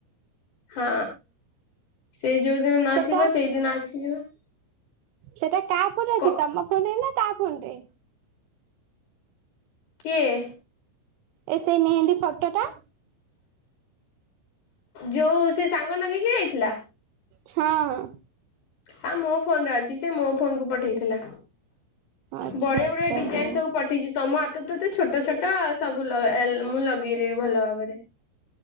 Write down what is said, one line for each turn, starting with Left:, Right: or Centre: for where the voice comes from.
Left: ହଁ ସେଇ ଯୋଉଦିନ ନଥିବ
Right: ସେଟା
Left: ସେଇଦିନ ଆସିଯିବ
Right: ସେଟା କାହା ଫୋନରେ ଅଛି
Left: କ
Right: ତମ ଫୋନରେ ନା ତା ଫୋନ୍ ରେ
Left: କିଏ?
Right: ଏ ସେଇ ମେହେନ୍ଦୀ ଫଟୋଟା
Left: ଯୋଉ ସେ ସାଙ୍ଗ ନଗେଇକି ଯାଇଥିଲା
Right: ହଁ ହଁ
Left: ହଁ ମୋ ଫୋନ ରେ ଅଛି ସେ ମୋ ଫୋନ କୁ ପଠେଇଥିଲା
Right: ଆଚ୍ଛା
Left: ବଢିଆ
Right: ଆଚ୍ଛା
Left: ବଢିଆ ଡିଜାଇନ
Right: ହଉ।
Left: ସବୁ ପଠେଇଚି। ତମ ହାତ ତତ ଛୋଟ ଛୋଟ ସବୁ ମୁଁ ଲଗେଇଦେବି ଭଲ ଭାବରେ